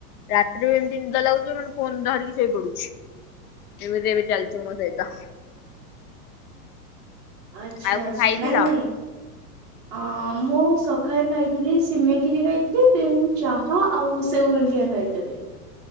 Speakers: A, on the left; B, on the right.
A: ରାତିରେ ବି ଏମିତି ନିଦ ଲାଗୁଛିି ମାନେ ଫୋନ ଧରିକି ଶୋଇ ପଡୁଛି। ଏମିତି ଏବେ ଚାଲିଛି ମୋ ସହିତ।
B: ଆଚ୍ଛା
A: ଆଉ କଣ
B: ଆଛା
A: ଖାଇଥିଲ?
B: ନାଇଁ ନାଇଁ ଅ ମୁଁ ସକାଳେ ଖାଇଥିଲି ସିମେଇ ଖିରି ଖାଇଥିଲି ଦେନ୍ ଚାହା ଆଉ ସେଉ ଗାଣ୍ଠିଆ ଖାଇଥିଲି।